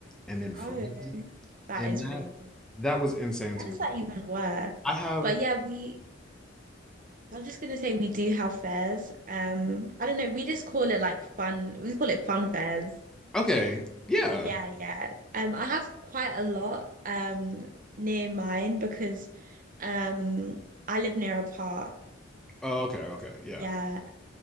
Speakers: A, in the centre; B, on the right.
A: and then fried
B: oh,
A: it,
B: that
A: and
B: is
A: that
B: crazy.
A: that was insane
B: How
A: to
B: does
A: me.
B: that even work?
A: I have
B: But yeah, we, I'm just gonna say we do have fairs. Um, I don't know, we just call it like fun, we call it fun fairs.
A: okay, yeah,
B: Yeah, yeah. Um, I have quite a lot um near mine because um I live near a park.
A: oh, okay, okay, yeah,
B: Yeah.